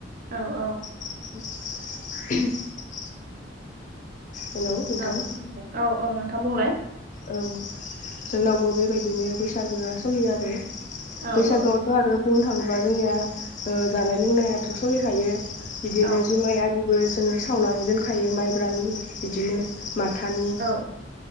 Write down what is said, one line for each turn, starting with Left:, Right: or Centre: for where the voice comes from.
Right: औ औ
Left: <inaudible> हेलौ नोंथां
Right: औ औ औ नोंथां बुंलाय
Left: औ जोंनावबो बेबायदिनो बैसागोआ सोलियो आरो
Right: औ
Left: बैसागोआवथ'
Right: औ
Left: आरो बुंनो थाङोब्ला जोंनिया ओ जानाय लोंनायाथ' सोलिखायो बिदिनो
Right: औ
Left: जुमाय आरिबो जोङो सावनानै दोनखायो माइब्रानि बिदिनो माथानि
Right: औ